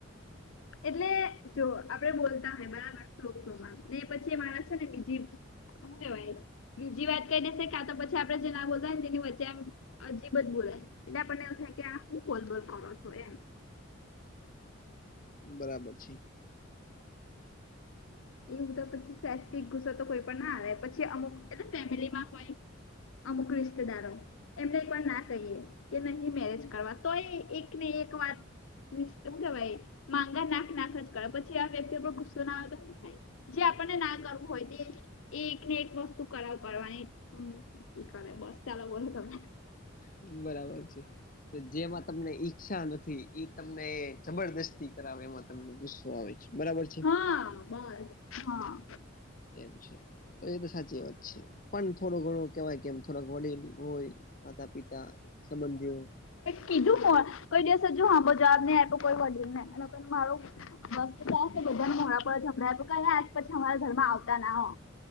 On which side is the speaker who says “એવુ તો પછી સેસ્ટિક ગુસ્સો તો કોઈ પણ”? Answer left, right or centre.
Left